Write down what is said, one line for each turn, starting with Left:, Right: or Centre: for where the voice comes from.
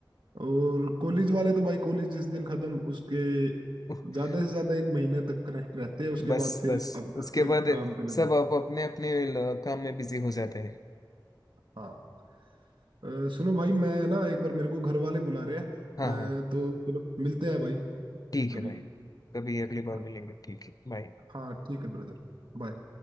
Right: और कॉलेज वाले तो भाई कॉलेज जिस दिन खत्म उसके
Left: <laughs>
Right: ज्यादा से ज्यादा एक महीने तक कनेक्ट रहते हैं उसके
Left: बस
Right: बाद फिर
Left: बस
Right: अपना
Left: उसके
Right: सब
Left: बाद
Right: काम पे लग
Left: सब
Right: जाते
Left: आप
Right: हैं।
Left: अपने अपने काम में बिजी हो जाते हैं
Right: हाँ अ, सुनो भाई मैं ना एक बार मेरे को घर वाले बुला रहे हैं
Left: हाँ हाँ
Right: अ, तो चलो मिलते हैं भाई
Left: ठीक
Right: कभी
Left: है भाई कभी अगली
Right: हाँ
Left: बार मिलेंगे ठीक है बाय
Right: हाँ ठीक है ब्रदर बाय